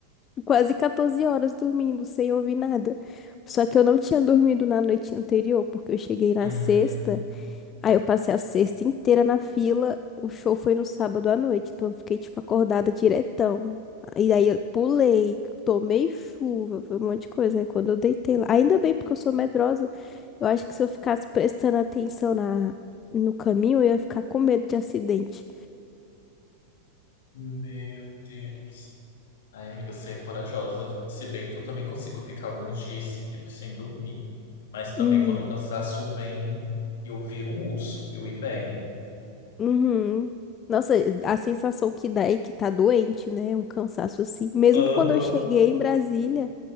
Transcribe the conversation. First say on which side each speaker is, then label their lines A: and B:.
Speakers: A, on the left; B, on the left.
A: Quase 14 horas dormindo, sem ouvir nada. Só que eu não tinha dormido na noite anterior, porque eu cheguei na
B: Hum,
A: sexta, aí eu passei a sexta inteira na fila. O show foi no sábado à noite, então eu fiquei, tipo, acordada diretão. E aí eu pulei, tomei chuva, foi um monte de coisa. Aí quando eu deitei lá, ainda bem, porque eu sou medrosa, eu acho que se eu ficasse prestando atenção na, no caminho, eu ia ficar com medo de acidente.
B: meu Deus. Ai, amiga, você é corajosa. Se bem que eu também consigo ficar alguns dias seguidos sem dormir. Mas também
A: Hum.
B: quando o cansaço vem, eu viro um urso, eu hiberno.
A: Uhum. Nossa, a sensação que dá é que tá doente, né? Um cansaço assim. Mesmo
B: Aham.
A: quando eu cheguei em Brasília,